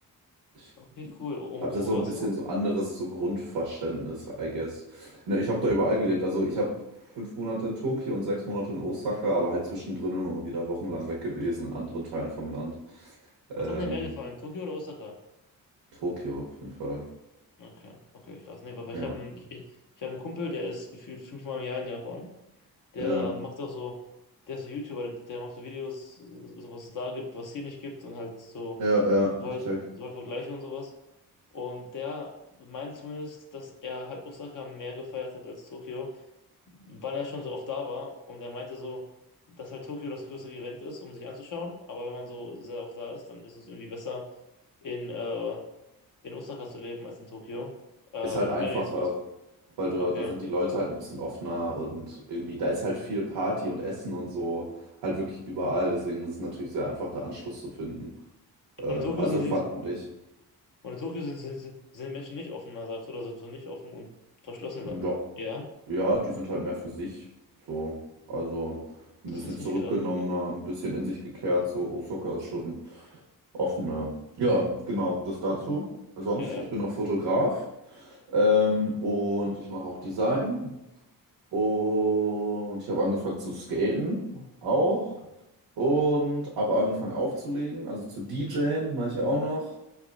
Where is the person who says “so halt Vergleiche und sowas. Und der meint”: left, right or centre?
Left